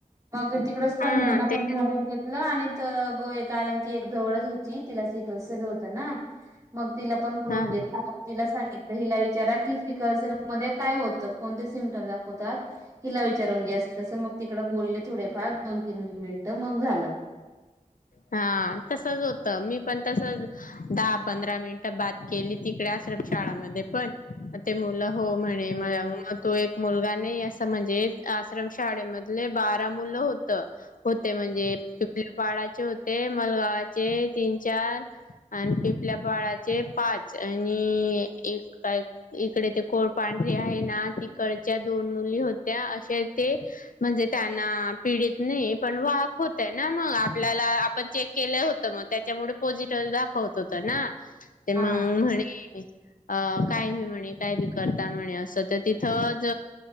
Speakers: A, on the right (about 25°); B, on the left (about 80°).
A: मग तिकड स्तनदाना
B: हा ते
A: पण बोलुन घेतल आणि तर ग कारण की एक जवळच होती तिला सिकसलं होतं ना मग तिला पण बोलवून
B: हा
A: घेतल तिला सांगित तिला विचारा की सिकलसेल मध्ये काय होत कोण सिमटम दा वतात हीला विचारून घे अस तस मग तिकडे बोलले थोडेफार दोन तीन मिनिट मग झालं.
B: हा तसच होत मी पण तस दहा पंधरा मिनिट बात केली तिकडे आश्रम शाळा मध्ये पण म ते मुलं हो म्हणे म तो एक मुलगा नई असं म्हणजे आश्रम शाळेमधले बारा मुलं होत होते म्हणजे <unintelligible> पाडाचे होते मलगावाचे तीन चार आणि पिपल्या पाळाचे पाच आणि एक काय इकडे ते कोरपाण आहे ना तिकडच्या दोन मुली होत्या असे ते म्हणजे त्यांना पीडित नही पण वाहक होत्या ना मग आप ल्याला आपण चेक केलं होतं मग त्याच्यामुळे पॉझिटिव्ह दाखवत होत ना ते
A: हा
B: मंग
A: हा.
B: म्हणे अ काय बी म्हणे काय बी करता म्हणे असं त तिथंच ज